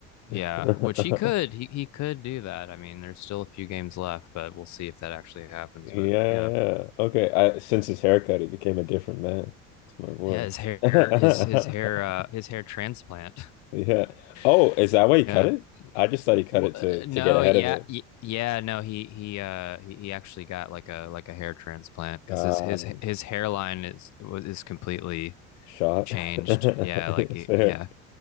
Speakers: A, on the left; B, on the left.
A: yeah,
B: <laughs>
A: which he could. He he could do that. I mean, there's still a few games left, but we'll see if that actually happens.
B: Yeah,
A: But
B: yeah.
A: yeah,
B: Okay, I since his haircut, he became a different man. It's my boy.
A: yeah his hair
B: <laughs>
A: his his hair uh his hair transplant
B: Yeah. Oh,
A: <laughs>
B: is that why he
A: yeah
B: cut it? I just thought he cut
A: well,
B: it
A: uh,
B: to to
A: no
B: get ahead
A: yeah
B: of it.
A: yeah no he he uh he, he actually got like a like a hair transplant because
B: Uh,
A: his his his hairline is is completely
B: shot.
A: changed
B: <laughs> Fair.
A: yeah like he, yeah